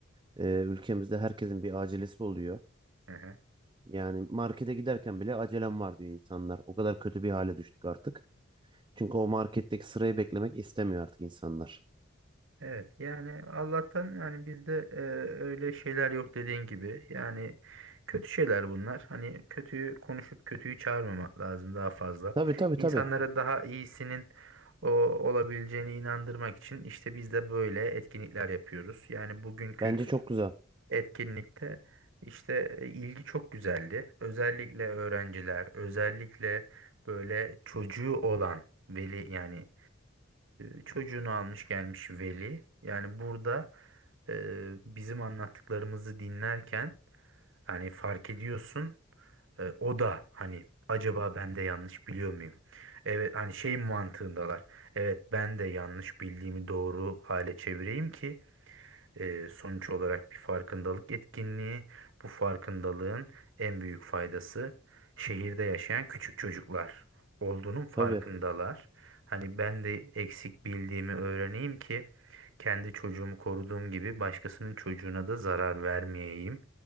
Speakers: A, on the right (about 25°); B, on the right (about 70°).
A: e, ülkemizde herkesin bir acelesi oluyor.
B: Aha.
A: Yani markete giderken bile acelem var diyor insanlar. O kadar kötü bir hale düştük artık. Çünkü o marketteki sırayı beklemek istemiyor artık insanlar.
B: evet yani Allah'tan yani bizde e, öyle şeyler yok dediğin gibi yani kötü şeyler bunlar hani kötüyü konuşup kötüyü çağırmamak lazım daha fazla
A: Tabii tabii
B: insanlara
A: tabii.
B: daha iyisinin o olabileceğine inandırmak için işte biz de böyle etkinlikler yapıyoruz yani bugünkü
A: Bence çok güzel.
B: etkinlikte işte e, ilgi çok güzeldi. Özellikle öğrenciler, özellikle böyle çocuğu olan veli yani e, çocuğunu almış gelmiş veli. Yani burada e, bizim anlattıklarımızı dinlerken hani fark ediyorsun e, o da hani acaba ben de yanlış biliyor muyum? Evet hani şey mantığındalar. Evet ben de yanlış bildiğimi doğru hale çevireyim ki ee, sonuç olarak bir farkındalık etkinliği. Bu farkındalığın en büyük faydası şehirde yaşayan küçük çocuklar olduğunun farkındalar.
A: Tabii.
B: Hani ben de eksik bildiğimi öğreneyim ki kendi çocuğumu koruduğum gibi başkasının çocuğuna da zarar vermeyeyim.